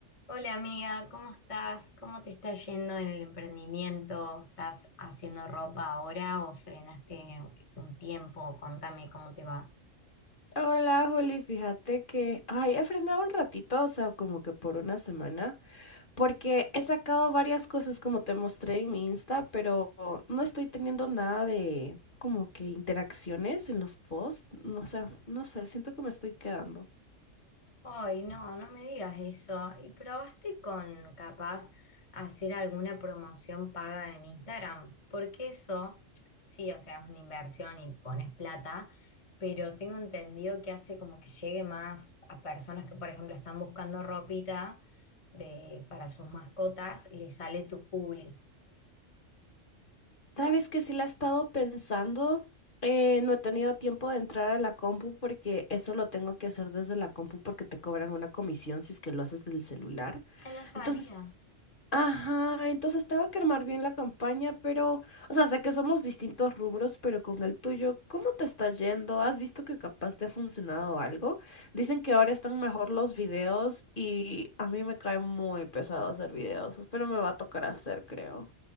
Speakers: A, on the left (about 30°); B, on the left (about 45°).
A: Hola amiga, ¿cómo estás? ¿Cómo te está yendo en el emprendimiento? ¿Estás haciendo ropa ahora o frenaste un tiempo? Contame cómo te va.
B: Hola, Juli, fíjate que, ay, he frenado un ratito, o sea, como que por una semana, porque he sacado varias cosas como te mostré en mi Insta, pero no estoy teniendo nada de como que interacciones en los posts, no, sé, no sé, siento que me estoy quedando.
A: Ay, no, no me digas eso. ¿Y probaste con capaz hacer alguna promoción paga en Instagram? Porque eso, sí, o sea, es una inversión y pones plata, pero tengo entendido que hace como que llegue más a personas que, por ejemplo, están buscando ropita de, para sus mascotas, les sale tu publi.
B: Sabes que sí la he estado pensando, eh, no he tenido tiempo de entrar a la compu porque eso lo tengo que hacer desde la compu porque te cobran una comisión si es que lo haces del celular.
A: Ay, no sabía.
B: Entonces Ajá, entonces tengo que armar bien la campaña, pero, o sea, sé que somos distintos rubros, pero con el tuyo, ¿cómo te está yendo? ¿Has visto que capaz te ha funcionado algo? Dicen que ahora están mejor los videos y a mí me cae muy pesado hacer videos, pero me va a tocar hacer, creo.